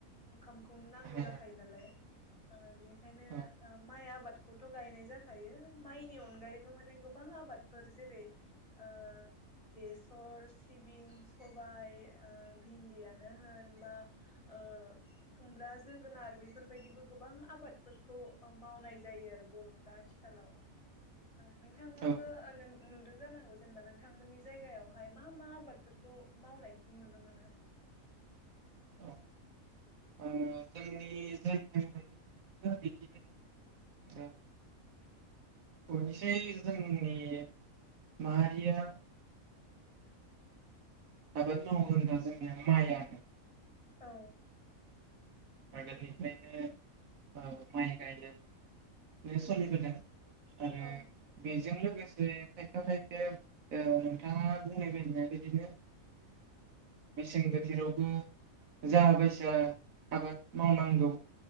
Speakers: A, on the left; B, on the right.
A: ओंखाम नांगौ
B: हाया
A: जाखायो नालाय ओ बिनि बेनो
B: औ
A: माइ ओ आबाद खौथ' गायनाय जाखायो माइनि अनगायैबो माने गोबां आबादफोर जेरै ओ बेसर सिबिं सबाय ओ भिन्दियानो होन बा ओ खुमब्रा जोगोनार बेफोरबायदिबो गोबां आबादफोरखौ मावनाय जायो आरो बर'फ्रा आथिखालाव नोंथाङाबो
B: औ
A: नुदों जानांगौ जेनेबा नोंथांमोननि जायगायावहाय मा मा आबादफोरखौ मावनायखौ नुनो मोनो
B: औ ओ जोंनि जाय बिदिनो <unintelligible> जोंनि माहारिया ओरो मावो होनबा जोंनि माइ आबाद
A: औ
B: आगोलनिफ्रायनो माइ गायनानै सोलिबोदों आरो बे
A: औ
B: बेजों लोगोसे खायफा खायफाया नोंथाङा बुंनाय बायदिनो मेसें बोथोरावबो जा बायसा आबाद मावनांगौ